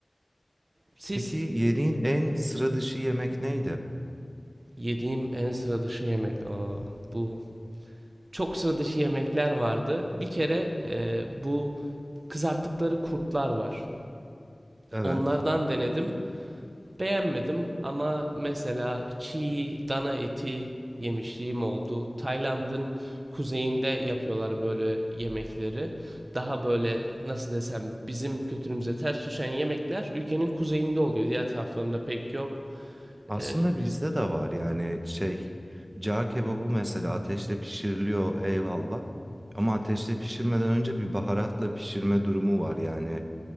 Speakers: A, on the right; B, on the right.
A: Siz
B: Peki yediğin en sıra dışı yemek neydi?
A: Yediğim en sıra dışı yemek. Aa, bu çok sıra dışı yemekler vardı. Bir kere e, bu kızarttıkları kurtlar var.
B: Evet.
A: Onlardan denedim. Beğenmedim ama mesela çiğ dana eti yemişliğim oldu. Tayland'ın kuzeyinde yapıyorlar böyle yemekleri. Daha böyle nasıl desem bizim kültürümüze ters düşen yemekler ülkenin kuzeyinde oluyor. Diğer taraflarında pek yok.
B: Aslında
A: E,
B: bizde de var yani şey cağ kebabı mesela ateşte pişiriliyor eyvallah. Ama ateşte pişirmeden önce bir baharatla pişirme durumu var yani